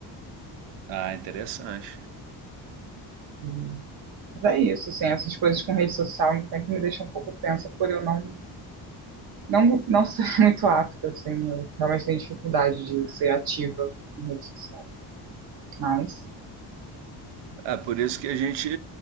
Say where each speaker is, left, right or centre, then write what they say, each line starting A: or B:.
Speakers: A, on the right; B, on the right.
A: Ah, interessante.
B: Hum. Mas é isso, assim, essas coisas com rede social sempre me deixam um pouco tensa por eu não, não, não ser <laughs> muito apta, assim, eu realmente tenho dificuldade de ser ativa em rede social. Mas,
A: É por isso que a gente